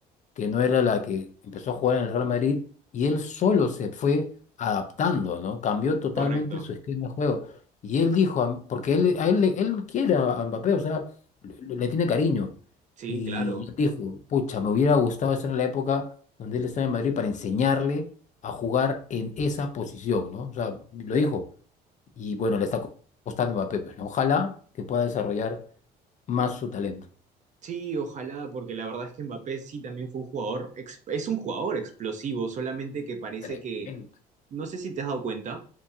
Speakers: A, on the left; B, on the right.
A: que no era la que empezó a jugar en el Real Madrid, y él solo se fue adaptando, ¿no? Cambió totalmente
B: correcto,
A: su esquema de juego. Y él dijo, a- porque él, a él, le- él quiere a a Mbappé, o sea, le, le tiene cariño.
B: sí,
A: Y
B: claro.
A: él dijo, pucha, me hubiera gustado estar en la época donde él estaba en Madrid para enseñarle a jugar en esa posición, ¿no? O sea, lo dijo. Y bueno, le está co- costando a Mbappé, pues, ¿no? Ojalá que pueda desarrollar más su talento.
B: Sí, ojalá, porque la verdad es que Mbappé sí también fue un jugador, ex- es un jugador explosivo, solamente que parece
A: Tremendo.
B: que No sé si te has dado cuenta